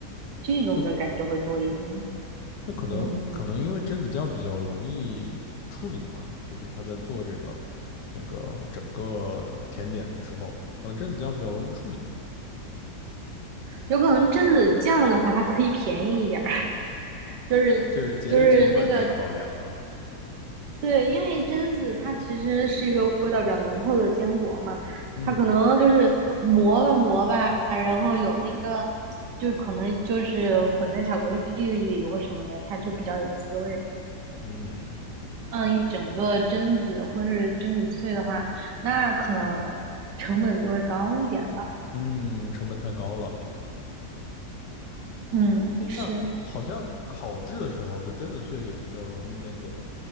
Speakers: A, on the right; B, on the left.
A: 这种的感觉会多一点。
B: 就。那可能可能因为榛子酱比较容易处理嘛，
A: 嗯，
B: 就是他在做这个那个整个呃甜点的时候，可能榛子酱比较容易处理，
A: 有可能榛子酱的话，它可以便宜一点儿，<laughs> 就是就是那个
B: 这是节约成本的考量啊。
A: 对，因为榛子它其实是一个味道比较浓厚的坚果嘛，
B: 嗯
A: 它可能就是磨吧磨吧，然后有那个就可能就是混在巧克力里或什么的，它就比较有滋味。
B: 嗯
A: 放一整个榛子或是榛子碎的话，那可能成本就会高一点吧。
B: 嗯，成本太高了。
A: 嗯，
B: 哎，
A: 是，
B: 那好像烤制的时候，就榛子碎也比较容易那个，